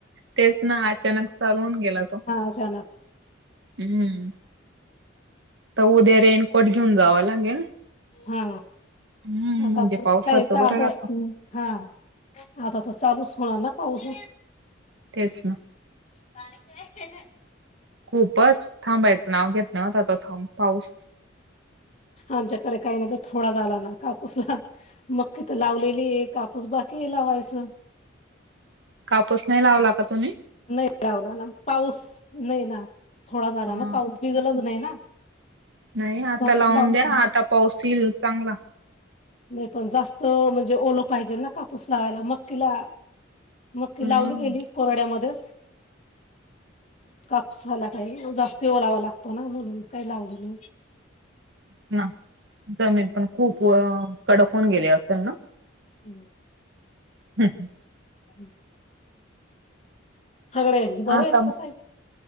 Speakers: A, on the right (about 60°); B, on the left (about 35°).
A: तेच ना अचानक चालू होवून गेला तो.
B: हा अचानक.
A: हम्म, तर उद्या रेनकोट घेऊन जावाव लागेल.
B: हा,
A: हम्म
B: आता
A: म्हणजे
B: ग्रुप
A: पावसाचं
B: काय साध,
A: बरं राहतं
B: हा. आता-आता चालूच होणार ना पाऊस.
A: तेच ना.
B: पाणी दे.
A: खूपच, थांबायचं नाव घेत नव्हता, तो थां पाऊस.
B: आमच्याकडे काही नाही, थोडा झाला ना कापूसला. मक्की तर लावलेली आहे, कापूस बाकी हे लावायचं.
A: कापूस नाही लावला का तुम्ही?
B: नाही लावला ना, पाऊस नाही ना, थोडा झाला
A: हा
B: ना पाऊस, भिजलाच नाही ना.
A: नाही आता,
B: कमीच
A: लावून
B: पाऊस
A: द्या आता पाऊस येईल चांगला.
B: मी पण जास्त, म्हणजे ओलं पाहिजे ना, कापूस लावायला मक्कीला. मक्की
A: हम्म.
B: लावली गेली, कोरड्या मध्येच. कापसाला काही जास्त ओलावा लागतो ना म्हणून काही लावलं.
A: ना, जमीन पण खूप कडक होवून गेली असेल ना.
B: हम्म
A: हम् ह
B: हम् सगळे बरे
A: आता,
B: आहेत का ताई?